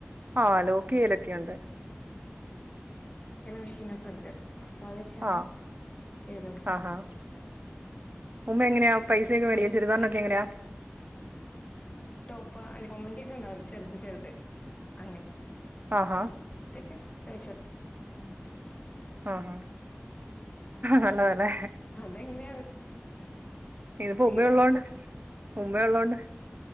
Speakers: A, on the right (about 40°); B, on the left (about 30°).
A: ആ ലോക്ക് ചെയ്യലൊക്ക്ണ്ട്
B: ക്ക്നെ മിഷിനൊക്കെ ണ്ട് അപ്പൊ അത് വെച്ചെന്നെ
A: ആ
B: ചെയ്ത് കൊടുക്കും
A: ആഹാ ഉമ്മ ങ്ങനാ പൈസ ഒക്കെ മേടിക്ക
B: പാന്റ്
A: ചുരിദാറിനൊക്കെങ്ങനെയാ
B: പാന്റ് <unintelligible> ചെറുത് ചെറുത് അങ്ങനെ
A: ആഹാ
B: അത് ശരി ഉം <unintelligible>
A: ആഹാ നല്ല താ ലെ
B: അതെങ്ങനെയാ
A: ഇത്‌
B: അറിയില്ല
A: പ്പോ ഉമ്മയുള്ളോണ്ട് ഉമ്മയുള്ളോണ്ട്